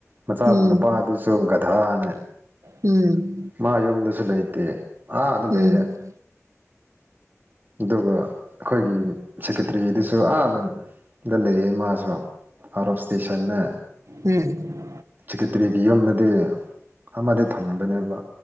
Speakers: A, on the right (about 40°); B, on the right (about 70°).
A: ꯃꯆꯥ
B: ꯎꯝ
A: ꯅꯨꯄꯥꯗꯨꯁꯨ ꯒꯙꯥꯅꯦ
B: ꯎꯝ
A: ꯃꯥ ꯌꯨꯝꯗꯁꯨ ꯂꯩꯇꯦ ꯑꯥꯗ
B: ꯎꯝ
A: ꯂꯩꯌꯦ ꯑꯗꯨꯒ ꯑꯈꯣꯏꯒꯤ ꯁꯦꯀꯦꯇ꯭ꯔꯤꯗꯨꯁꯨ ꯑꯥꯗ ꯗ ꯂꯩꯌꯦ ꯃꯥꯁꯨ ꯑꯥꯎꯠ ꯑꯣꯐ ꯁ꯭ꯇꯦꯁꯟꯅ
B: ꯎꯝ
A: ꯁꯦꯀꯤꯇꯔꯤꯗꯤ ꯌꯝꯅꯗꯤ ꯑꯃꯗꯤ ꯊꯝꯕꯅꯦꯕ